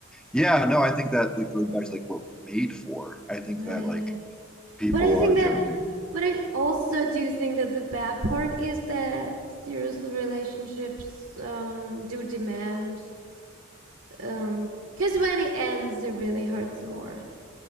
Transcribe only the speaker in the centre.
yeah, no, I think that like going back to like what we're made for, I think
that like people
are
generally